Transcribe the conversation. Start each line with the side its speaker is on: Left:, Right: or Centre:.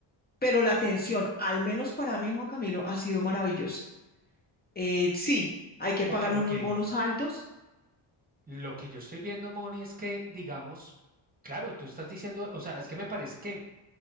Left: pero la atención, al menos para mí, Juan Camilo, ha sido maravillosa. Eh, sí, hay que
Right: Porque
Left: pagar
Right: lo
Left: unos
Right: que,
Left: bonos altos.
Right: lo que yo estoy viendo, Moni, es que, digamos, claro, tú estás diciendo, o sea, es que me parece que